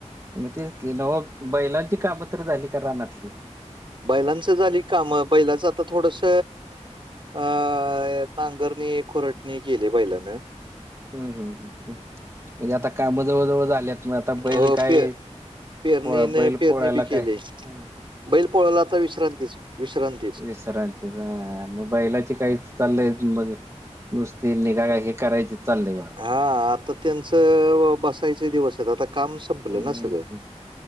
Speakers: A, on the right; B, on the right.
A: मग तेच की नव बैलांची कामं तर झाली का रानातली?
B: बैलांचं झाली काम बैलाचं आता थोडस अ नागरणी खुरटणी केली बैलान.
A: हुं हुं हुं म्हणजे आता काम जवळ जवळ झाल्यात मग आता बैल
B: हो
A: काय
B: पे पेरणीने
A: पो- बैल
B: पेरणी
A: पोळ्याला
B: बी
A: काय
B: केली
A: हा, हा.
B: बैल पोळाला आता विश्रांतीच विश्रांत
A: विश्रांतीचं आ मग बैलाची काहीच चाललंय मजेत? नुसती निगा राकी करायचे चाललंय.
B: हा आता त्यांचं बसायचे दिवस आहेत आता काम संपलं
A: हूं
B: ना सगळं.
A: हं